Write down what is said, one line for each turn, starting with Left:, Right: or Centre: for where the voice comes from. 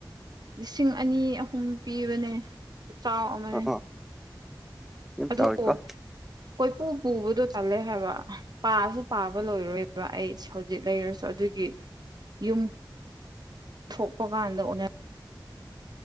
Right: ꯂꯤꯁꯤꯡ ꯑꯅꯤ ꯑꯍꯨꯝ ꯄꯤꯕꯅꯦ ꯆꯥꯎꯃꯛꯅꯦ
Centre: ꯑꯣ ꯑꯣ ꯌꯥꯝ
Right: ꯑꯗꯨꯗ
Centre: ꯆꯥꯎꯋꯤꯀꯣ
Right: ꯀꯣꯏꯄꯨ ꯄꯨꯕꯗꯣ ꯆꯜꯂꯦ ꯍꯥꯏꯕ ꯄꯥꯁꯨ ꯄꯥꯕ ꯂꯣꯏꯔꯣꯏ ꯑꯗꯨꯒ ꯑꯩ ꯍꯧꯖꯤꯛ ꯂꯩꯔꯁꯨ ꯑꯗꯨꯒꯤ ꯌꯨꯝ ꯊꯣꯛꯄ ꯀꯥꯟꯗ ꯎ